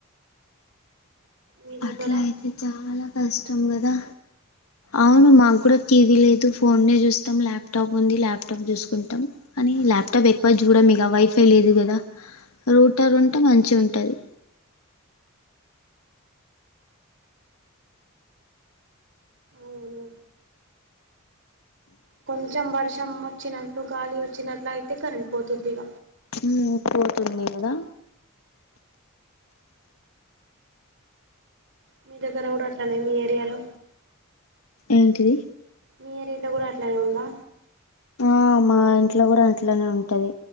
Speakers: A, on the right (about 60°); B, on the left (about 85°).
A: మీ దగ్గర
B: అట్లైయితే చాలా కష్టం కదా అవును మాక్ కుడ టీవీ లేదు ఫోన్నే చూస్తాం ల్యాప్టాప్ ఉంది ల్యాప్టాప్ చుస్ ఉంటం కనీ ల్యాప్టాప్ ఎక్కువ చూడం ఇగ వైఫ్ తెలిదు గదా రూటర్ ఉంటే మంచిగుంటది
A: అవును కొంచం వర్షం వచ్చినట్లు గాలి వచ్చినట్లు అయితే కరెంట్ పోతుంది ఇగ
B: మ్ పోతుంది కదా
A: మీ దగ్గర కూడా అట్లానే మీ ఏరియాలో
B: ఏంటిది
A: మీ ఏరియలో కూడా అట్లనే ఉందా
B: అ మా ఇంట్లో కూడా అట్లనే ఉంటది